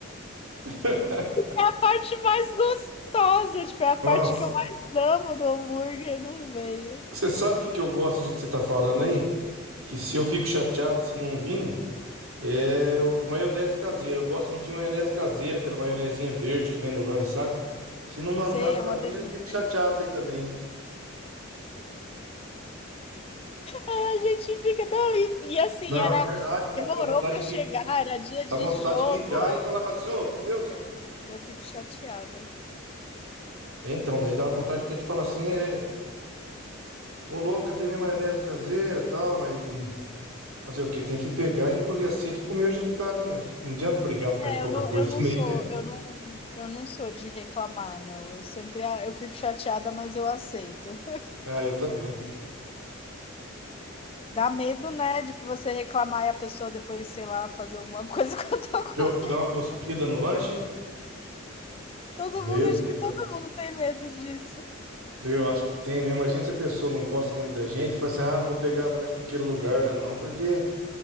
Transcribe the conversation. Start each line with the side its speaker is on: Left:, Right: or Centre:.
Right: <laughs>
Left: A parte mais gostosa, tipo, é a parte
Right: Nossa,
Left: que eu mais amo do hambúrguer não veio.
Right: você sabe o que que eu gosto do jeito que você tá falando aí? Que se eu fico chateado se não vir. É o- maionese caseira. Eu gosto muito de maionese caseira, aquela maionezinha verde que vem no lanche, sabe? Se não mandar
Left: Sei,
Right: pra
Left: é uma
Right: mim,
Left: delícia.
Right: eu fico chateado aí também. hein?
Left: É, A gente fica, não, e, e assim,
Right: Não,
Left: era,
Right: é verdade, dá,
Left: demorou
Right: dá vontade
Left: para
Right: de
Left: chegar,
Right: ligar,
Left: era dia de
Right: dá vontade
Left: jogo.
Right: de ligar e falar assim, ô, meu Deus.
Left: É, eu fico chateada.
Right: Então, daí dá vontade até de falar assim, é, ô louco, cadê minha maionese caseira, e tal, mas hum, fazer o quê? Tem que pegar, engolir a seca e comer o jequitale mesmo. Não adianta brigar por causa de
Left: É,
Right: pouca
Left: eu não,
Right: coisa
Left: eu não
Right: também.
Left: sou,
Right: <laughs>
Left: eu não, eu não sou de reclamar, não. Eu sempre, eu fico chateada, mas eu aceito.
Right: Ah, eu também.
Left: Dá medo, né, de você reclamar e a pessoa depois, sei lá, fazer alguma <laughs> coisa contra a
Right: Jô,
Left: comida.
Right: Dá uma cuspida no lanche, hein?
Left: Todo
Right: Meu
Left: mundo, acho
Right: Deus.
Left: que todo mundo tem medo disso.
Right: Eu acho que tem mesmo. Imagina se a pessoa não gosta muito da gente, fala assim, ah, não vou pegar lanche naquele lugar lá não, porque